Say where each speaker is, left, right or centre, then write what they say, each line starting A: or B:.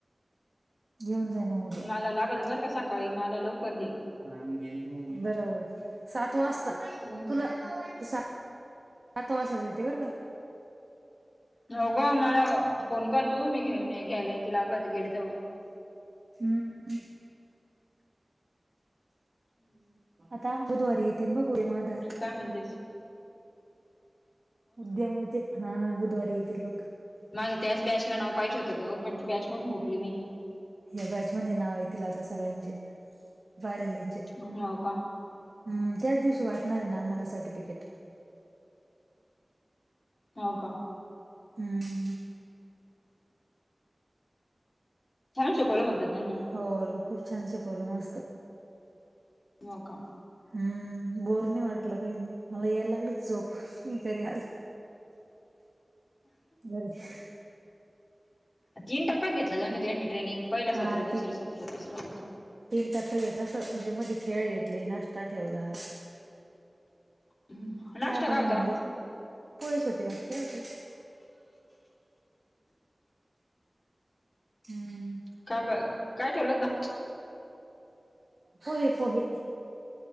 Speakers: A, on the right; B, on the left.
A: घेऊन जाय. मग उद्या
B: मला लागल बरं का सकाळी मला लवकर दे.
A: बर बर सात वाजता
B: हम्म
A: तुला सात वाजता देते बर का.
B: हो ग मला फोन कर तु मी घेऊन घ्यायला येते लागल तर गेली तेव्हा.
A: हम्म.
B: हम्म.
A: आता बुधवारी येतीन बघ महादार.
B: काय म्हणतीस?
A: उद्यम ते हा बुधवारी येतील बघ.
B: माझं त्याच बॅचला नाव पाहिजे होतं ग पण ती बॅचमधून हुकली मी.
A: या बॅचमध्ये नाव येतील आता सगळ्यांचे राहिलेल्यांचे.
B: हो का
A: हम्म, त्याच दिवशी वाटणार आय ना आम्हाला सर्टिफिकेट.
B: हाव का?
A: हम्म.
B: छान शिकवलं म्हणाता त्यांनी?
A: हो खूप छान शिकवल मस्त.
B: हो का?
A: हम्म, बोर नाय वाटलं काय नाही मला यायला होती लागली झोप मी घरी आले. <unintelligible>
B: तीन टप्प्यात घेतलं त्यांनी ट्रेनिंग पहिलं
A: हा
B: सत्र, दुसरं सत्र, तिसर सत्र.
A: त्यात तस म्हणजे मधे खेळ घेतले नाष्टा ठेवला.
B: हम्म. नाश्ता
A: चहा पाणी
B: काय होता
A: म्हणलेत पोहेच होते बाकी काय होते. हम्म.
B: 'काय ग' काय ठेवलत नाव?
A: पोहे पोहे